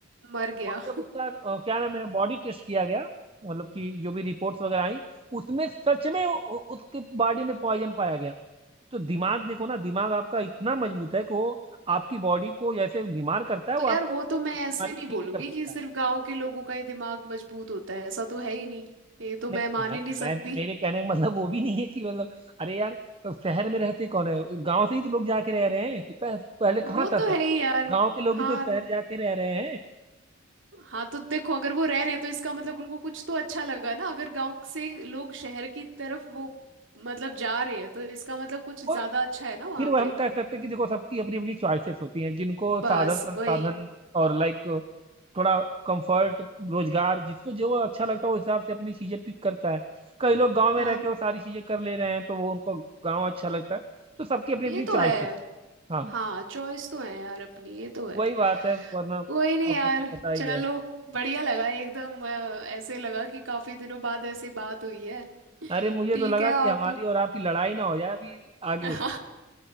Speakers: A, on the right; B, on the right.
A: मर गया
B: और जब उसका अ, क्या नाम है बॉडी टेस्ट किया गया मतलब कि जो भी रिपोर्ट्स वगैरह आई उसमें सच में उ- उ- उसके बॉडी में पॉइजन पाया गया तो दिमाग देखो ना दिमाग आपका इतना मजबूत है कि वो आपकी बॉडी को जैसे बीमार करता है
A: तो
B: वो आपको
A: यार वो
B: आपकी
A: तो मैं ऐसे
B: बीमारी
A: नहीं
B: को ठीक
A: बोलूंगी
B: भी कर सकता
A: कि सिर्फ
B: है
A: गांव के लोगों का ही दिमाग मजबूत होता है ऐसा तो है ही नहीं ये तो
B: नहीं
A: मैं मान
B: मैं,
A: ही नहीं सकती
B: मैं मेरे कहने का मतलब वो भी नहीं है कि मतलब अरे यार शहर में रहते कौन है गांव से ही तो लोग जाके रह रहे हैं कि पह, पहले कहाँ
A: <laughs> वो
B: था
A: तो
B: शहर
A: है ही यार
B: गांव के लोग
A: हाँ
B: ही तो शहर जाके रह रहे
A: हाँ तो देखो अगर वो रह रहे हैं तो इसका मतलब उनको कुछ तो अच्छा लगा ना अगर गांव से लोग शहर की तरफ वो मतलब जा रहे हैं तो इसका मतलब कुछ ज्यादा
B: वो
A: अच्छा है
B: वो
A: ना वहाँ
B: फिर वो हम
A: पे
B: कह सकते हैं कि देखो सबकी अपनी अपनी चॉइसेस होती हैं जिनको
A: बस
B: साधन संसाधन
A: वही
B: और लाइक थोड़ा कंफर्ट रोजगार जिसको जो अच्छा लगता है उस हिसाब से अपनी चीजें पिक करता है कई लोग गांव
A: हाँ
B: में रह के वो सारी चीजें कर ले रहे हैं तो वो उनको गांव अच्छा लगता है तो सबकी अपनी
A: ये
B: अपनी चॉइसेस
A: तो है
B: हाँ
A: हाँ चॉइस तो है यार अपनी ये तो है
B: वही बात है वरना आपको
A: कोई नहीं यार
B: तो पता ही
A: चलो
B: है
A: बढ़िया लगा एकदम अ, ऐसे लगा कि काफी दिनों बाद ऐसे बात हुई है
B: अरे मुझे
A: ठीक
B: तो लगा
A: है आप
B: कि हमारी और आपकी लड़ाई ना हो जाए अभी आगे
A: <laughs>